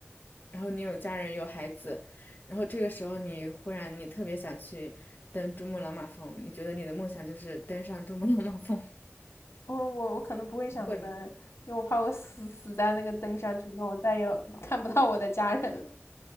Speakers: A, on the left (about 40°); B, on the left (about 80°).
A: 然后你有家人有孩子，然后这个时候你忽然你特别想去登珠穆朗玛峰，你觉得你的梦想就是登上珠穆朗玛峰，
B: 嗯，我我可能不会想登，
A: <laughs> 你会吗？
B: 因为我怕我死死在那个登山途中，我再也 <laughs> 看不到我的家人了。